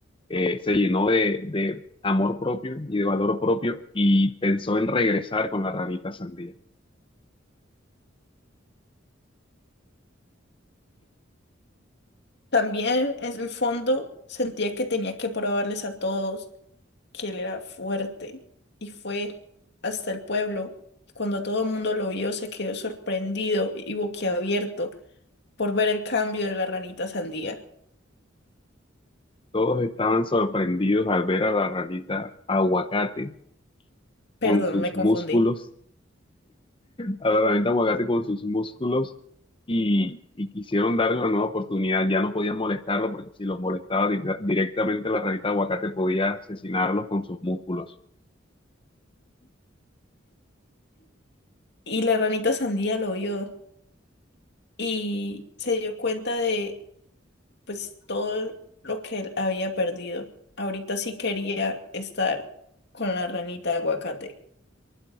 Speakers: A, on the left; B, on the left.
A: eh, se llenó de, de amor propio y de valor propio y pensó en regresar con la ranita sandía.
B: También en el fondo sentía que tenía que probarles a todos que él era fuerte y fue hasta el pueblo. Cuando todo el mundo lo vio, se quedó sorprendido y boquiabierto por ver el cambio de la ranita sandía.
A: Todos estaban sorprendidos al ver a la ranita aguacate con
B: Perdón,
A: sus
B: me
A: músculos,
B: confundí.
A: a la ranita aguacate con sus músculos y, y quisieron darle una nueva oportunidad. Ya no podían molestarlo porque si los molestaba di- directamente la ranita aguacate podía asesinarlos con sus músculos.
B: Y la ranita sandía lo vio. y se dio cuenta de pues todo lo que él había perdido. Ahorita sí quería estar con la ranita de aguacate.